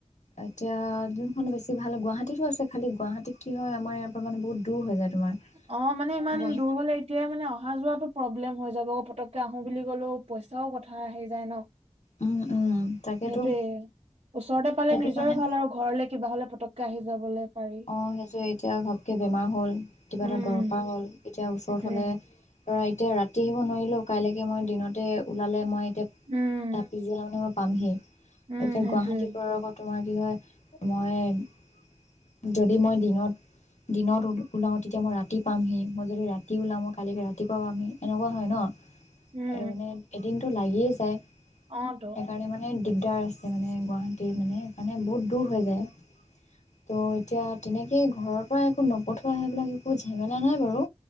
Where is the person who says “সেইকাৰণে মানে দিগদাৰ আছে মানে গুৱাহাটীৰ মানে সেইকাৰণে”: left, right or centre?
Left